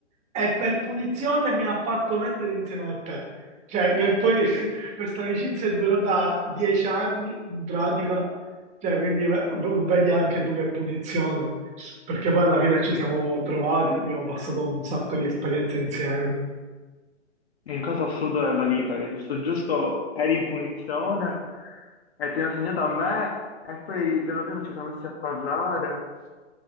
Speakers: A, on the right; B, on the left.
A: e per punizione mi ha fatto mettere insieme a te. Cioè, che poi <laughs> questa amicizia è durata dieci anni in pratica, cioè, quindi v- vedi anche tu che punizione perché poi alla fine ci siamo trovati, abbiamo passato un sacco di esperienze insieme.
B: Un caso assurdo della vita, che giusto giusto eri in punizione e ti hanno segnato a me e poi piano piano ci siamo messi a parlare